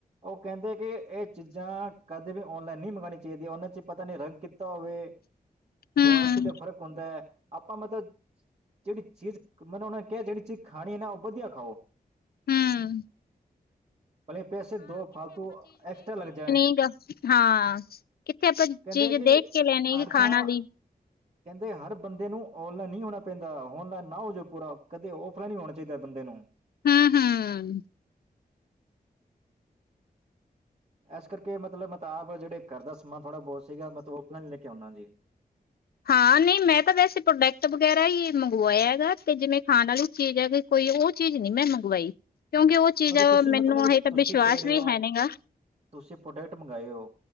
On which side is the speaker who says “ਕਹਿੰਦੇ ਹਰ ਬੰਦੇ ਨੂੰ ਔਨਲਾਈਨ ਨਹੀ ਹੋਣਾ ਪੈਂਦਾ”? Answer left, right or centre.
Right